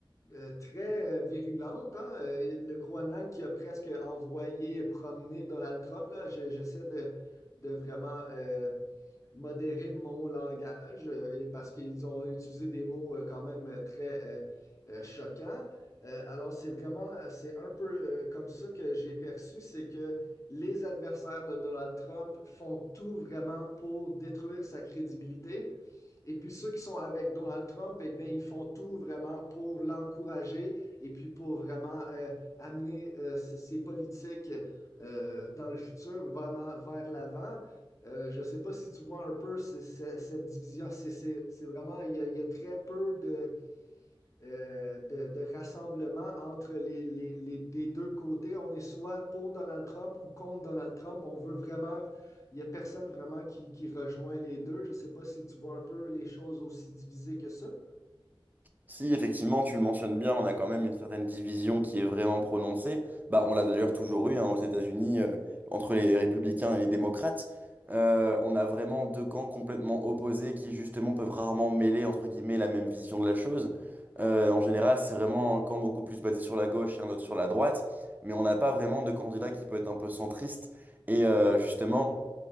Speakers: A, on the left; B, on the right.
A: euh, très euh, virulente. hein. Euh, le Groenland qui a presque envoyé promener Donald Trump, là. Je- j'essaie de, de vraiment... euh, modérer mon langage euh, et parce qu'ils ont utilisé des mots euh, quand même euh, très euh, euh, choquants. Euh, alors, c'est vraiment, euh, c'est un peu euh, comme ça que j'ai perçu, c'est que les adversaires de Donald Trump font tout vraiment pour détruire sa crédibilité et puis ceux qui sont avec Donald Trump, eh bien, ils font tout vraiment pour l'encourager et puis pour vraiment euh, amener euh, ces politiques euh, dans le futur vraiment vers l'avant. Euh, je ne sais pas si tu vois un peu cette division. C'est c'est vraiment, il y, a, il y a très peu de, euh, de, de, rassemblement entre les, les, les des deux côtés. On est soit pour Donald Trump ou contre Donald Trump. On veut vraiment, il n'y a personne vraiment qui, qui rejoint les deux. Je ne sais pas si tu vois un peu les choses aussi divisées que ça.
B: Si effectivement tu le mentionnes bien, on a quand même une certaine division qui est vraiment prononcée. Bah, on l'a d'ailleurs toujours eu hein, aux États-Unis euh, entre les républicains et les démocrates. Euh, on a vraiment deux camps complètement opposés qui justement peuvent rarement mêler entre guillemets la même vision de la chose. Euh, en général, c'est vraiment un camp beaucoup plus basé sur la gauche et un autre sur la droite, mais on n'a pas vraiment de candidat qui peut être un peu centriste. Et euh, justement